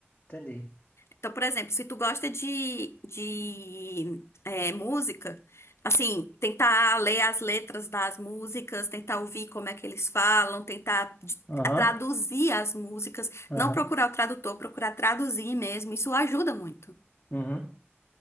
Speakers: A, on the left; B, on the left.
A: Entendi.
B: Então, por exemplo, se tu gosta de, de é, música, assim, tentar ler as letras das músicas, tentar ouvir como é que eles falam, tentar de-
A: Aham,
B: a traduzir as músicas,
A: aham.
B: não procurar o tradutor, procurar traduzir mesmo, isso ajuda muito.
A: Uhum.